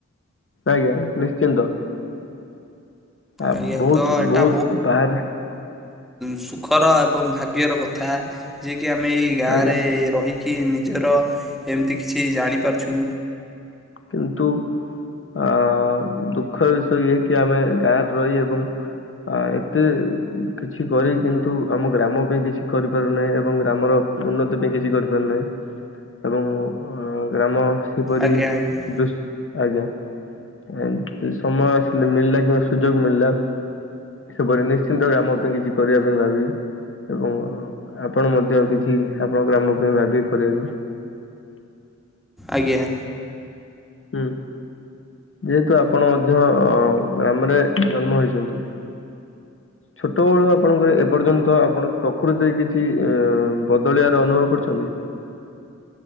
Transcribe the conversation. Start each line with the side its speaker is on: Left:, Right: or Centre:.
Left: ଆଜ୍ଞା ନିଶ୍ଚିନ୍ତ। ଆ
Centre: ଆଜ୍ଞା
Left: ବହୁତ
Centre: ତ ଏଟା
Left: ବହୁତ ବାହାରେ
Centre: ସୁଖର ଏବଂ ଭାଗ୍ୟର କଥା ଯିଏ କି ଆମେ ଏଇ ଗାଁରେ
Left: ଆଜ୍ଞା
Centre: ରହିକି ମି ନିଜର ଏମିତି କିଛି ଜାଣି ପାରୁଛୁ।
Left: କିନ୍ତୁ ଅ ଦୁଃଖର ବିଷୟ ଇଏ କି ଆମେ ଗାଁରେ ରହି ଏବଂ ଆ ଏତେ କିଛି କରି କିନ୍ତୁ ଆମ ଗ୍ରାମ ପାଇଁ କିଛି କରିପାରୁନାହିଁ ଏବଂ ଗ୍ରାମର ଉନ୍ନତି ବି କିଛି କରିପାରିନାହିଁ ଏବଂ ଗ୍ରାମ ସେପରି
Centre: ଆଜ୍ଞା ଆଜ୍ଞା
Left: ଦୁଶ୍ ଆଜ୍ଞା ଏକ ସମୟ ଆସିଲେ ମିଳିଲା କି ସୁଯୋଗ ମିଳିଲା ସେପରି ନିଶ୍ଚିନ୍ତ ଆମ ପାଇଁ କିଛି କରିବା ପାଇଁ ଭାବିବି। ଏବଂ ଆପଣ ମଧ୍ୟ କିଛି ଆପଣ ଗ୍ରାମ ପାଇଁ ଭାବିକି କରିବାକୁ <inaudible>
Centre: ଆଜ୍ଞା।
Left: ହୁଁ। ଯେହେତୁ ଆପଣ ମଧ୍ୟ ଗ୍ରାମରେ ଜନ୍ମ ହୋଇଛନ୍ତି। ଛୋଟବେଳୁ ଆପଣଙ୍କର ଏପର୍ଯ୍ୟନ୍ତ ଆପଣ ପ୍ରକୃତି ଦେଇ କିଛି ବଦଳିବାର ଅନୁଭବ କରିଛନ୍ତି <inaudible>